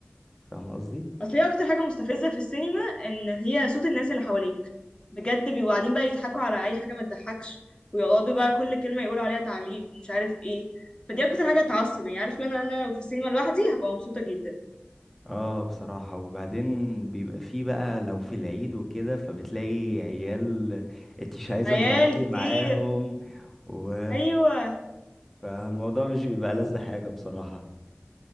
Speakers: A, in the centre; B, on the left.
A: فاهم قصدي
B: اصل هي اكتر حاجه مستفزه في السينما ان هي صوت الناس اللي حواليك بجد بيبقوا قاعدين بقى يضحكوا على اي حاجه ما تضحكش ويقعدوا بقى كل كلمه يقولوا عليها تعليق ومش عارف ايه فدي اكتر حاجه تعصب يعني عارف لو انا انا لو في السينما لوحدي هبقى مبسوطه جدا
A: اه بصراحة وبعدين بيبقى فيه بقى لو في العيد وكده فبتلاقي عيال انت مش عايزة
B: عيال
A: تقعدي
B: كتير
A: معاهم و
B: ايوه
A: فالموضوع مش بيبقى لذة حاجة بصراحة